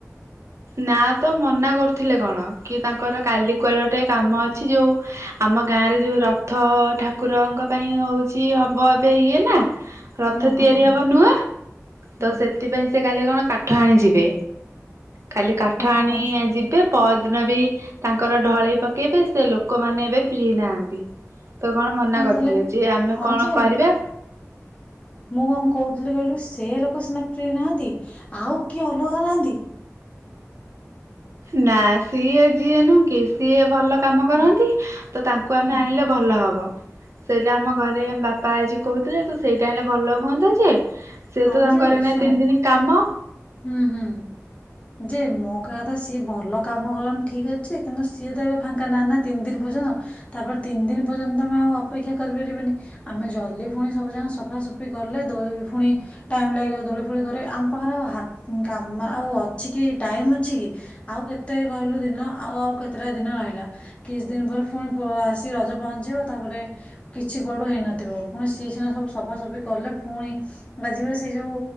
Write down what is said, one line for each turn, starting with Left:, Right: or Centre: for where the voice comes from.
Right: ନା ତ ମନା କରୁଥିଲେ କଣ। କି ତାଙ୍କର କାଲି କୁଆଡ଼େ ଗୋଟେ କାମ ଅଛି ଯେଉଁ ଆମ ଗାଁରେ ଯେଉଁ ରଥ ଠାକୁରଙ୍କ ପାଇଁ ହେଉଛି ହେବ ଏବେ ଇଏ ନା ରଥ
Left: ହୁଁ ହୁଁ
Right: ତିଆରି
Left: ହୁଁ
Right: ହବ ନୂଆ।
Left: ହୁଁ
Right: ତ ସେଥିପାଇଁ ସେ କାଲି କାଲି କଣ କାଠ ଆଣିଯିବେ। କାଲି କାଠ
Left: ଓହୋ
Right: ଆଣି
Left: ଆଚ୍ଛା
Right: ଇଏ ଯିବେ ପର ଦିନ ବି ତାଙ୍କର ଢଳେଇ ପକେଇବେ ସେ ଲୋକମାନେ ଏବେ ଫ୍ରୀ ନାହାନ୍ତି। ତ କଣ ମନା
Left: ହଉ
Right: କରିଥିଲେ
Left: ତାହେଲେ
Right: ଯିଏ ଆମେ
Left: ହଁ
Right: କଣ
Left: ଯେ
Right: କରିବା?
Left: ମୁଁ କଣ କହୁଥିଲି କହିଲୁ ସେ ଲୋକ ସିନା ଫ୍ରି ନାହାନ୍ତି। ଆଉ କିଏ ଅଲଗା ନାହାନ୍ତି?
Right: ନା ସିଏ ଯିଏ ନୁହଁକି ସିଏ ଭଲ କାମ କରନ୍ତି
Left: ହୁଁ
Right: ତ ତାଙ୍କୁ
Left: ହୁଁ।
Right: ଆମେ ଆଣିଲେ ଭଲ ହବ। ସେଇଟା ଆମ ଘରେ ବାପା ଆଜି କହୁଥିଲେ ତୁ ସେଇଟା ହେଲେ ଭଲ ହୁଅନ୍ତା ଯେ। ସେ
Left: ହଁ
Right: ତ ତାଙ୍କର
Left: ଯେ
Right: ଏଇନା
Left: ଶୁଣ
Right: ତିନିଦିନ କାମ।
Left: ହୁଁ ହୁଁ ଯେ ମୋ କହିବା କଥା। ଯିଏ ଭଲ କାମ କରନ୍ତି ଠିକ୍ ଅଛି ଯେ କିନ୍ତୁ ସିଏ ତ ଏବେ ଫାଙ୍କା ନାଁ ନା ତିନି ଦିନ ପର୍ଯ୍ୟନ୍ତ। ତାପରେ ତିନିଦିନ ପର୍ଯ୍ୟନ୍ତ ତମେ ଆଉ ଅପେକ୍ଷା କରିପାରିବେନି। ଆମେ ଜଲ୍ଦି ପୁଣି ସବୁ ଜା ସଫାସଫି କଲେ ଦୋ ପୁଣି ଟାଇମ୍ ଲାଗିବ ଦୋଳି ଫୋଳି କରେ। ଆମ ପାଖରେ ଆଉ ହା କାମ ଆଉ ଅଛି କି ଟାଇମ୍ ଅଛି କି। ଆଉ କେତେ କହିଲୁ ଦିନ ଆଉ ଆଉ କେତେଟା ଦିନ ରହିଲା। କିଛି ଦିନ ପରେ ଫୁଣି ପ ଆସିକି ରଜ ପହଞ୍ଚିବ। ତାପରେ କିଛି କୁଆଡୁ ହେଇନଥିବ। ପୁଣି ସିଏ ସିନା ସବୁ ସଫାସଫି କଲେ ପୁଣି ବା ଯିବେ ସେ ଯେଉଁ